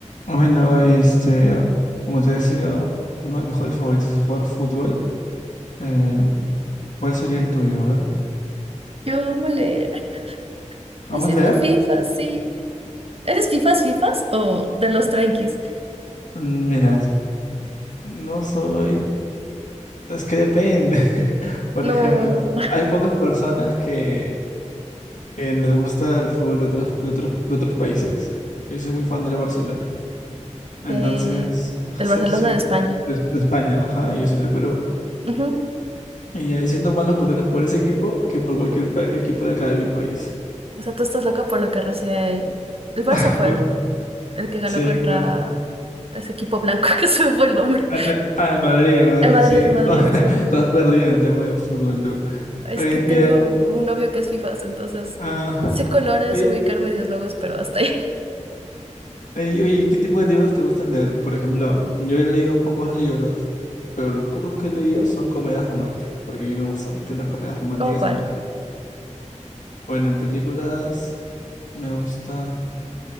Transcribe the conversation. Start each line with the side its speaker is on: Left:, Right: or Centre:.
Left: Bueno, este, como te decía, uno de mis hobbies favoritos es jugar fútbol. Eh, ¿cuál sería el tuyo? A ver,
Right: Yo amo leer. <laughs>
Left: ¿vamos
Right: Ha sido
Left: a leer?
Right: FIFA, sí. ¿Eres FIFAs, FIFAs o de los tranquis?
Left: Mm, Mira, es- no soy... Es que depende. <laughs> Por
Right: No,
Left: ejemplo, hay pocas personas que, que les gusta el fútbol de otros, de otros, de otros países. Yo soy muy fan del Barcelona.
Right: <laughs> de,
Left: Entonces, <laughs>
Right: del
Left: sí,
Right: Barcelona
Left: sí,
Right: de España.
Left: de, de España, ajá, y yo soy de Perú.
Right: Ujú.
Left: Y ahí siento más los colores por ese equipo que por cualquier pa- equipo de acá de mi país.
Right: O sea, tú estás loco por lo que recién... El Barça
Left: <laughs>
Right: fue el que ganó
Left: Sí,
Right: contra
Left: claro.
Right: ese equipo blanco <laughs> que se me fue el nombre.
Left: Ah, al- al Madrid, el Madrid,
Right: El Madrid,
Left: sí.
Right: el Madrid,
Left: <laughs>
Right: sí.
Left: Estás perdida en el tema de fútbol, tú.
Right: Es
Left: Oye,
Right: que tengo
Left: y, eh,
Right: un novio que es FIFAs, entonces
Left: ah,
Right: sé colores,
Left: oye,
Right: ubicar medios logos, pero hasta ahí. <laughs>
Left: oye, oye, ¿qué tipo de libros te gustan leer? Por ejemplo, yo he leído pocos libros, pero los pocos que he leído son comedias románticas, porque a mí me gustan mucho las comedias románticas
Right: ¿Cómo cuál?
Left: en, peli- bueno, en películas me gusta